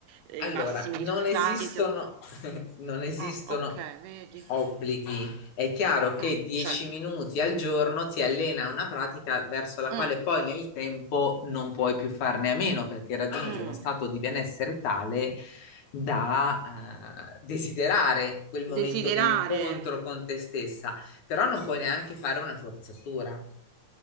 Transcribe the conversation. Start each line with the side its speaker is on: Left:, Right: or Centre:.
Right: ehm,
Left: Allora,
Right: i massimi
Left: non
Right: risultati
Left: esistono,
Right: si o
Left: <laughs> non esistono
Right: ah, okay, vedi.
Left: obblighi. È chiaro che
Right: Mh,
Left: 10
Right: certo.
Left: minuti al giorno ti allena a una pratica verso la
Right: Mh.
Left: quale poi nel tempo non puoi più farne a meno perché raggiungi
Right: Mh.
Left: uno stato di benessere tale da eh, desiderare quel momento
Right: Desiderare.
Left: di incontro con te stessa, però non puoi neanche fare una forzatura.